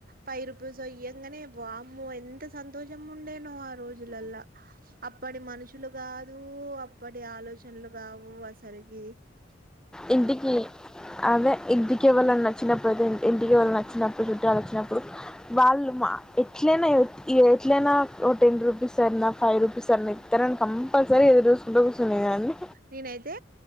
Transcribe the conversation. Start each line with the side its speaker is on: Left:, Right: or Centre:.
Right: ఫైవ్ రుపీస్ అయ్యాంగానే బామ్మ ఎంత సంతోషం ఉండేనో ఆ రోజులలా అప్పటి మనుషులు కాదు అప్పటి ఆలోచనలు కావు అసలకి
Centre: ఇంటికి అదే ఇంటికి ఎవలన్న వచ్చినప్పుడైతే అదే ఇంటికి వాళ్ళ వచ్చినప్పుడు చుట్టాలు వచ్చినప్పుడు వాళ్ళు మా ఇట్లనే ఈ ఎట్లయినా ఓ టెన్ రూపీస్ అయినా ఫైవ్ రూపీస్ అయినా ఇత్తరని కంపల్సరీ ఎదురు చూసుకుంట కూర్చునేదన్ని
Right: నేనైతే